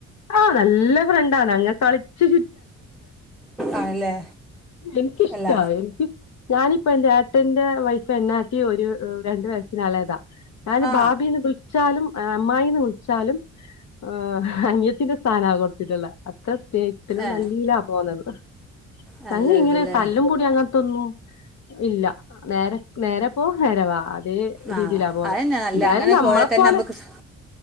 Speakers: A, on the left; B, in the centre.
A: ആഹ് നല്ല ഫ്രണ്ടാണ് അങ്ങ് കളിച്ച്
B: ആണല്ലേ
A: എനിക്കിഷ്ട
B: അല്ല
A: എനിക്ക് ഞാനി ഇപ്പൊ എന്റെട്ടന്റെ വൈഫ് എന്നാട്ടി ഒരു രണ്ടു വയസ്സസിന് എളേതാ ഞാന്
B: ആ
A: ബാബീന്ന് വിളിച്ചാലും ആ അമ്മായിന്ന് വിളിച്ചാലും ആ ഹ് അനിയത്തിന്റെ സ്ഥാനാ കൊടുത്തിട്ടുള്ളെ അത്ര- പ്രത്യത്തിലും
B: ഏ
A: നല്ല പോകുന്നത്
B: നല്ല
A: ഞങ്ങഇങ്ങനെ
B: ഇതല്ലേ
A: തല്ലും പിടിം അങ്ങനെത്തെ ഒന്നും ഇല്ല നേരെ നേരെ പോ നേരവാ അ അതേ
B: ആ
A: രീതിയിലാ പോന്നെ
B: അതന്നെ നല്ല
A: എന്തായാലും
B: അങ്ങനെ
A: നമ്മളെപ്പോലെ
B: പോയാൽ തന്നെ നമുക്ക് സ്-